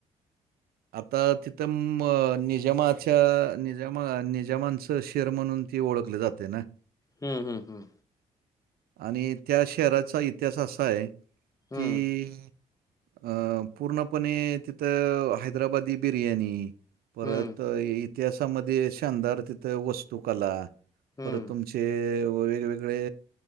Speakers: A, on the right (about 60°); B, on the left (about 20°).
A: आता तिथं निजामाच्या निजामा निजामांचं शहर म्हणून ती ओळखले जाते ना
B: हम् हम्म हं
A: आणि त्या शहराचा इतिहास असा आहे.
B: हम्म
A: कि अ पूर्णपणे तिथ आहेत हैद्रबादी बिर्याणी परत
B: हम्म
A: ये इतिहासामध्ये शानदार तिथे वस्तूकला
B: हम्म
A: परत तुम तुमचे वेगवेगळे